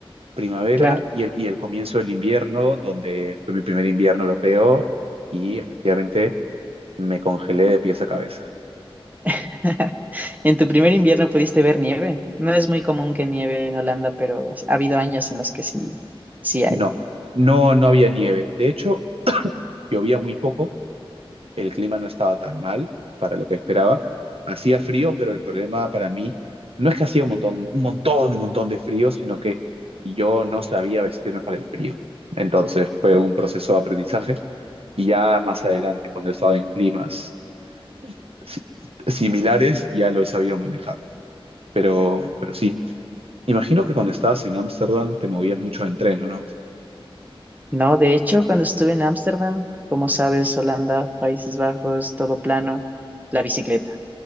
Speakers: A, on the right; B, on the right.
A: primavera
B: Claro.
A: y el, y el comienzo del invierno, donde fue mi primer invierno europeo y efectivamente me congelé de pies a cabeza.
B: <laughs> En tu primer invierno pudiste ver nieve. No es muy común que nieve en Holanda, pero ha habido años en los que sí, sí hay.
A: No, no, no había nieve. De hecho, llovía muy poco El clima no estaba tan mal para lo que esperaba. Hacía frío, pero el problema para mí no es que hacía un montón, un montón, un montón de frío, sino que yo no sabía vestirme para el frío. Entonces fue un proceso de aprendizaje y ya más adelante, cuando he estado en climas si- similares, ya lo he sabido manejar. Pero, pero sí, imagino que cuando estabas en Ámsterdam te movías mucho de tren, ¿o no?
B: No, de hecho, cuando estuve en Ámsterdam, como sabes, Holanda, Países Bajos, todo plano, la bicicleta.